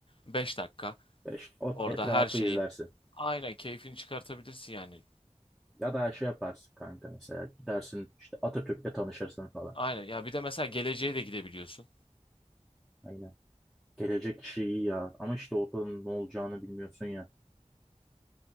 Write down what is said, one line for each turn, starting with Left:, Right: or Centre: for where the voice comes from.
Left: 5 dakika
Centre: E İşte, o
Left: orada
Centre: etrafı
Left: her şeyin
Centre: izlersin.
Left: aynen keyfini çıkartabilirsin yani.
Centre: Ya da şey yaparsın kanka mesela gidersin işte Atatürk'le tanışırsın falan.
Left: Aynen. Ya bir de mesela geleceğe de gidebiliyorsun.
Centre: Aynen. Gelecek işi iyi ya ama işte ortada ne olacağını bilmiyorsun ya.